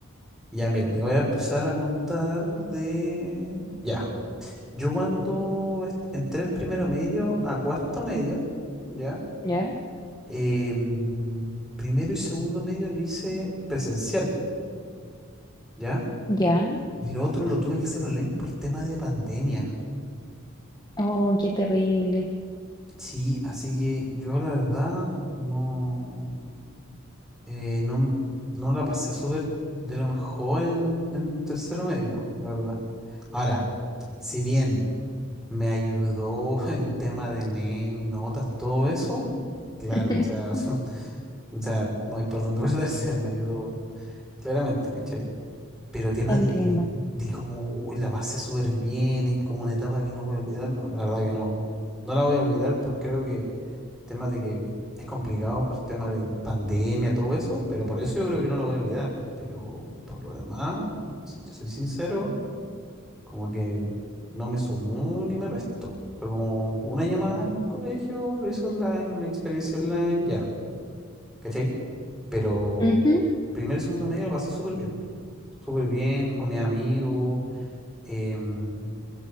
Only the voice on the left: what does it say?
¿Ya?
¿Ya?
Oh, qué terrible.
<laughs>
Entiendo.
Ujú.